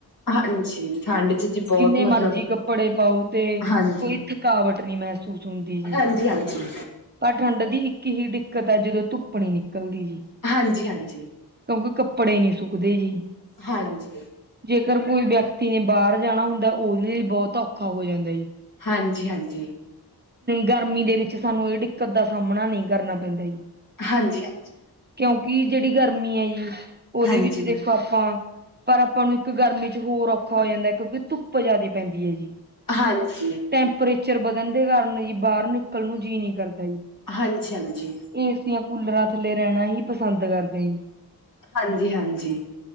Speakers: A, on the left; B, on the right.
A: ਹਾਂਜੀ ਠੰਡ ਚ ਜੀ ਬਹੁਤ
B: ਜਿੰਨੇ ਮਰਜੀ
A: ਮਤਲਬ
B: ਕੱਪੜੇ ਪਾਓ ਤੇ
A: ਹਾਂਜੀ।
B: ਕੋਈਥ ਰਕਾਵਟ ਨਹੀਂ ਮਹਿਸੂਸ ਹੁੰਦੀ ਜੀ।
A: ਹਾਂਜੀ ਹਾਂਜੀ
B: ਪਰ ਠੰਡ ਦੀ ਇੱਕ ਹੀ ਦਿੱਕਤ ਹੈ ਜਦੋਂ ਧੁੱਪ ਨਹੀਂ ਨਿਕਲਦੀ ਸੀ
A: ਹਾਂਜੀ ਹਾਂਜੀ
B: ਕਿਉਂਕਿ ਕੱਪੜੇ ਨੀ ਸੁੱਕਦੇ ਜੀ
A: ਹਾਂਜੀ
B: ਜੇਕਰ ਕੋਈ ਵਿਅਕਤੀ ਨੇ ਬਾਹਰ ਜਾਣਾ ਹੁੰਦਾ ਉਹਦੇ ਲਈ ਬਹੁਤ ਔਖਾ ਹੋ ਜਾਂਦਾ ਜੀ
A: ਹਾਂਜੀ ਹਾਂਜੀ
B: ਗਰਮੀ ਦੇ ਵਿੱਚ ਸਾਨੂੰ ਇਹ ਦਿੱਕਤ ਦਾ ਸਾਹਮਣਾ ਨਹੀਂ ਕਰਨਾ ਪੈਂਦਾ ਜੀ
A: ਹਾਂਜੀ ਹਾਂਜੀ
B: ਕਿਉਂਕਿ ਜਿਹੜੀ ਗਰਮੀ ਆ ਜੀ ਉਹਦੇ
A: ਹਾਂਜੀ।
B: ਵਿੱਚ ਦੇਖ ਆਪਾਂ ਪਰ ਆਪਾਂ ਨੂੰ ਇੱਕ ਗਰਮੀ ਚ ਹੋਰ ਔਖਾ ਹੋ ਜਾਂਦਾ ਕਿਉਂਕਿ ਧੁੱਪ ਜਿਆਦਾ ਪੈਂਦੀ ਹੈ ਜੀ
A: ਹਾਂਜੀ
B: ਟੈਂਪਰੇਚਰ ਵਧਣ ਦੇ ਕਾਰਨ ਜੀ ਬਾਹਰ ਨਿਕਲ ਨੂੰ ਜੀਅ ਨਹੀਂ ਕਰਦਾ ਜੀ
A: ਹਾਂਜੀ ਹਾਂਜੀ
B: ਏਸੀਆਂ ਕੂਲਰਾਂ ਥੱਲੇ ਰਹਿਣਾ ਹੀ ਪਸੰਦ ਕਰਦੇ ਸੀ
A: ਹਾਂਜੀ ਹਾਂਜੀ